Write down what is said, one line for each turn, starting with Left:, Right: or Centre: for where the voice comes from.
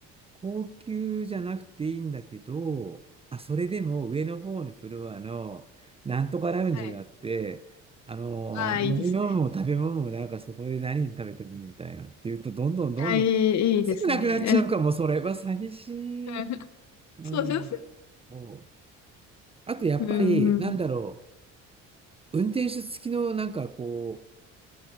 Right: 高級じゃなくていいんだけど、あ、それでも上の方のフロアのなんとかラウンジがあって、
Left: はい。
Right: あの、
Left: ああ、
Right: 飲み物も食べ物もなんかそこで何食べてもいいみたいなっていうと、
Left: いいですね。
Right: どんどんどんどん
Left: ああ、いい、いいですね。
Right: すぐなくなっちゃうかも、それは寂しい。
Left: <laughs>
Right: うん。
Left: そうですね。
Right: そう。あと、やっぱり、
Left: うんうんうん。
Right: なんだろう。運転手付きの、なんかこ